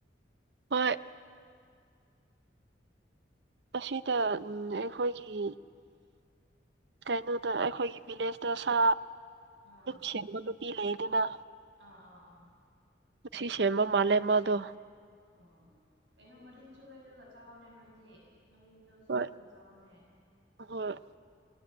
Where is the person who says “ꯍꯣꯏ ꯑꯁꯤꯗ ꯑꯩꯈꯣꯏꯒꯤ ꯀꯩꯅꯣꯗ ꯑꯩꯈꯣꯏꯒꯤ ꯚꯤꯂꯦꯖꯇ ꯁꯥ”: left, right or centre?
Right